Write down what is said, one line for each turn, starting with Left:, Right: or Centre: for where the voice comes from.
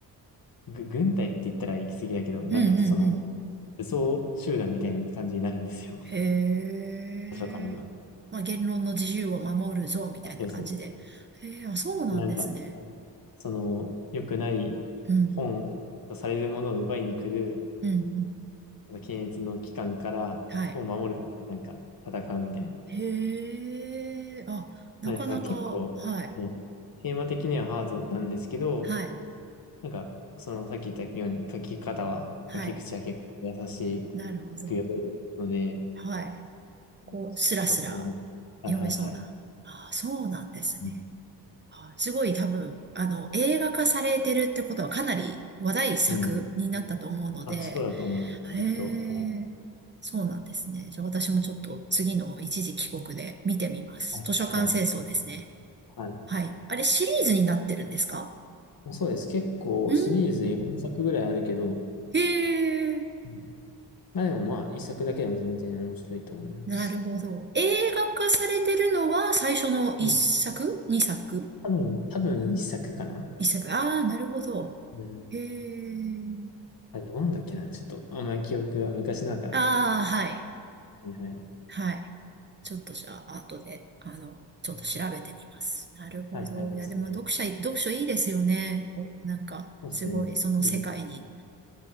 Left: ぐ軍隊って言ったら行き過ぎだけど、なんか、
Right: うんうんうん。
Left: その、武装集団みたいな感じになるんですよ。<laughs>
Right: へえ。
Left: 図書館が。
Right: まあ、言論の自由を守るぞ、みたいな感じで。
Left: あ、そうです。
Right: へえ、あ、そうなんですね。
Left: でなんか、その、良くない本とされるものを奪いに来る、
Right: うん、うん、うん。
Left: あの検閲の機関から本を守るためになんか戦うみたいな。
Right: はい。へえ、あ、なかなか、
Left: なんか結構、
Right: はい、
Left: もうテーマ的にはハードなんですけど、
Right: はい、
Left: なんか、そのさっき言ったように書き方は、
Right: はい。
Left: 書き口は結構優し
Right: なるほど。
Left: く読めるので、
Right: はい。こう、
Left: うんとっても、
Right: スラスラ
Left: はいはいはい。
Right: 読めそうな。あ、そうなんですね。
Left: うん。
Right: あ、すごい多分、あの、映画化されてるってことはかなり話題作になったと思うので、
Left: うんあ、そうだと思う。きっと。
Right: へえ、
Left: はい
Right: そうなんですね。じゃあ私もちょっと次の一時帰国で見てみます。
Left: はい、
Right: 図書館清掃ですね。
Left: はい。はい。
Right: はい。あれシリーズになってるんですか
Left: そうです。結構シリーズ4作ぐらいあるけど、
Right: うーん。へえ、
Left: うんまあでもまあ一作だけでも全然面白いと思います。
Right: なるほど。映画化されてるのは最初の一作二作
Left: うん多分、多分1作かな。
Right: 一作。ああ、なるほど。
Left: うん。
Right: へえ。
Left: あれどうなんだっけな。ちょっとあんまり記憶が昔だから。
Right: ああ、はい。
Left: うんはい。
Right: はい。ちょっとじゃあ、後で、あの、ちょっと調べてみます。
Left: うん
Right: なるほど。
Left: はいはい、
Right: いや、
Left: それ。
Right: でも読者、読書いいですよね。お、なんか、
Left: そうですね。
Right: すごい、その世界に
Left: うん。